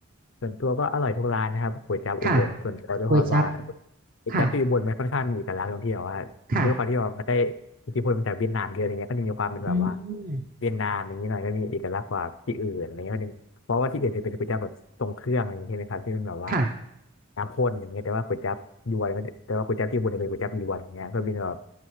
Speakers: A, on the left; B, on the right.
A: ส่วนตัวก็อร่อยทุกร้านนะครับก๋วยจั๊บอุบลส่วนตัวด้วยความว่า
B: ค่ะก๋วยจั๊บ
A: ก๋วยจั๊บที่อุบลมันค่อนข้างมีเอกลักษณ์ตรงที่แบบว่าด้วยความที่ว่ามันได้
B: ค่ะค่ะ
A: อิทธิพลมาจากเวียดนามเยอะอะไรเงี้ยก็จะมีความเป็นแบบว่า
B: อืม
A: เวียดนามอย่างนี้หน่อยก็มีเอกลักษณ์กว่าที่อื่นอะไรเงี้ย็เพราะว่าที่อื่นจะเป็นก๋วยจั๊บแบบทรงเครื่องอะไรอย่างเงี้ยใช่ไหมครับที่เป็นแบบว่า
B: ค่ะ
A: น้ำข้นอย่างเงี้ยแต่ว่าก๋วยจั๊บยวนก็แต่ว่าก๋วยจั๊บที่อุบลจะเป็นก๋วยจั๊บยวนอย่างเงี้ยก็เป็นแบบ